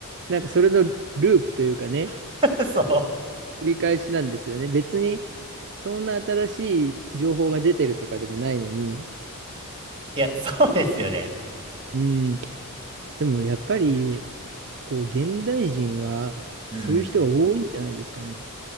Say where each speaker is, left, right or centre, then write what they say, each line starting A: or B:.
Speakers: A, on the right; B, on the right.
A: なんかそれのループというかね、
B: <laughs> そう。
A: 繰り返しなんですよね。別に、そんな新しい情報が出てるとかでもないのに。
B: いや、そうですよね。
A: うん。でもやっぱり、こう、現代人は、
B: うん
A: そういう人が多いんじゃないですかね。